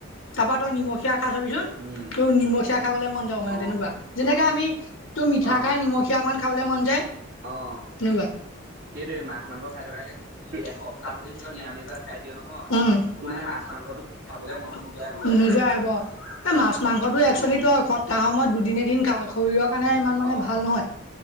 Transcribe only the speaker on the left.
তাৰপা তই নিমখীয়া খাই চাবিচোন
ত নিমখীয়া খাবলৈ মন যাব মানে
তেনেকুৱা।
যেনেকে আমি তোৰ মিঠা
খাই নিমখীয়া অকমান খাবলে মন যায়।
এনেকুৱা
সেইটো মাছ
মাংসক
কেতিয়াবাকে
এসপ্তাহকে
নিয়ামিজ
খাই
উ
মাছ
মাংস
প্ৰতি খাবলে মন নোযোৱা
নোযোৱাই
হব। এ মাছ মাংসটো এক্চুৱেলি
তো সপ্তাহ সময়ত দুদিন এদিন শৰীৰৰ কাৰণে ইমান মানে
ভাল নহয়।